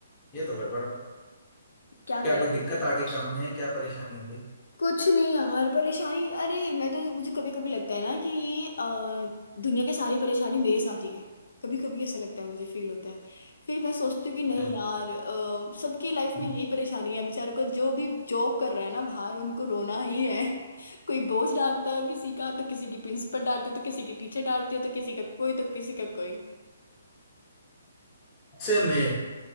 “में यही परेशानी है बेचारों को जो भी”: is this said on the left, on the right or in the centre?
Left